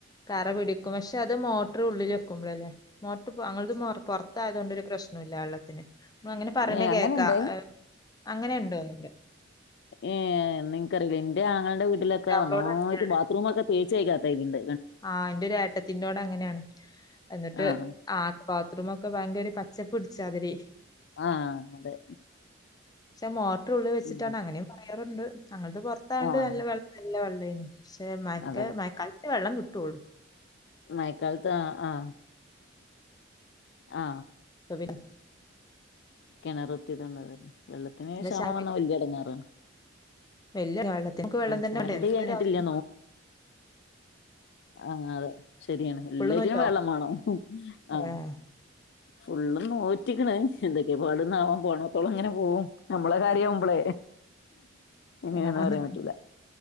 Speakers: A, on the left; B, on the left.
A: കറ പിടിക്കും പക്ഷെ അത് മോട്ടർ ഉള്ളിൽ വെക്കുമ്പോള അല്ലേ മോട്ടർ അങ്ങത് പുൊറത്തായത കൊൊണ്ടൊരു പ്രശ്നം ഇല്ല വെള്ളത്തിന് നമ്മൾ അങ്ങനെ പറയണ
B: ഏ അങ്ങനെണ്ട
A: കേക്കാ ഏഹ് അങ്ങനെ ഉണ്ടോന്നുണ്ട്
B: ഏ നിനിക്കറിയില്ല എൻന്റെ ആങ്ങളുടെ വീട്ടിലൊക്കെ
A: അവളോട്
B: വന്നോ
A: അങ്ങനെയാണ്
B: ബാത്റൂമ ഒക്കെ തേച്ച കാത്ത ഇതിണ്ട്
A: ആ അന്റെരേട്ടത്തിറോടെ അങ്ങനെയാണ് എന്നിട്ട്
B: ആഹ്
A: ആ ബാത്റൂമൊക്കെ ഭയങ്കര ഒരു പച്ചപ്പ പിടിച്ച അതില്
B: ആ അതെ
A: ചാമൊത് മോട്ടോർ ഉള്ളിൽ വച്ചിട്ടാണ്
B: ഉം
A: അങ്ങന കറണ്ട് ഞങ്ങൾക്ക് പുറത്താ കൊണ്ട്
B: ആഹ്
A: നല്ല വെള്ളം നല്ല വെള്ളംണ്ട് പക്ഷെ മയ
B: അതെ
A: മയക്കാലത്ത് വെള്ളം കിട്ടും തോള <inaudible>
B: മഴകാലത് ആ ആ ആ
A: അ പിന്ന <inaudible>
B: കിണർ ഒത്തിയത്ണ്ട് അതല്ലെ വെള്ളത്തിന്
A: എന്താ
B: ക്ഷാമം
A: ചായ
B: വലിയ അടങ്ങാറാണ്
A: വല് വെള്ളത്തിനക്ക് വെള്ളം തന്നെ
B: ചായടി
A: ഉണ്ട് എന്ത്വശ്യ
B: കഴിഞ്ഞിട്ടില്ല ആഹ അതെ ശരിയാണ് എല്ലറ്റും
A: നോറ്റോ?
B: വെള്ളം വേണം ആഹ
A: ഏഹ്
B: ഫുുള്ളും നോറ്റിക്കണ് എന്തൊക്കെയാ പാടുന്നാവോ പോണത്തോളം ഇങ്ങനെ പോവും നമ്മളെ കാര്യ വുമ്പോളേ എങ്ങനെയന്നാ
A: ആഹ്
B: പറയാൻ പറ്റൂല